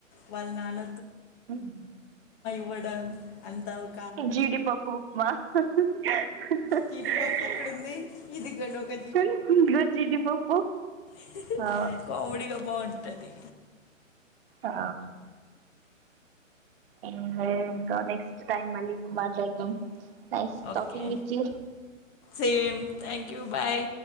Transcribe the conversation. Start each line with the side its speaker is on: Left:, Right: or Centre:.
Left: వాళ్ళ నాన్న
Right: <unintelligible>
Left: ఇవ్వడం అంతా ఒక్
Right: జీడిపప్పు ఉక్మ. హ్హ్. హ్హ్.. హ్హ్.
Left: జీడిపప్పు
Right: హ్హ్
Left: ఎక్కడుంది ఇదిగోండి ఒక
Right: కని ఇంకా జీడిపప్పు
Left: మ్మహ్హ్
Right: ఆ
Left: కామెడీగా బాగుంటది
Right: ఆ... ఏందీ ఆ నెక్స్ట్ టైమ్ మల్లీ కు మాట్లాడుదాం నెక్స్ట్
Left: ఓకే
Right: టాకింగ్ విచ్చి
Left: సేమ్ థ్యాంక్ యూ బాయ్